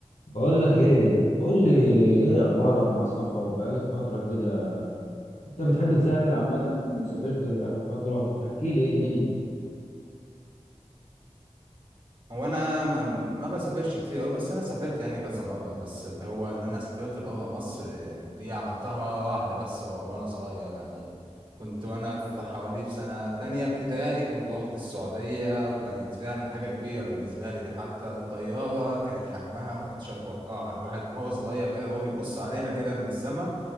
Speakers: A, on the left; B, on the right.
A: بقول لك ايه قول لي ايه اخبارك مع السفر بقالك فتره كده انت بتحب تسافر عامه سافرت اخر فتره احكي لي ايه الدنيا
B: هو انا ما, ما بسافرش كتير قوي بس انا سافرت يعني كذا مره بس اللي هو ان انا سافرت بره مصر آه، دي عملتها مره واحده بس و- وانا صغير يعني كنت وانا في حوالي في سنه تانية ابتدائي كنت روحت السعوديه وكانت فعلا حاجه كبيره بالنسبه لي ده حتى الطياره كانت حجمها ما كنتش اتوقعها الواحد وهو صغير كده هو بيبص عليها كده من السما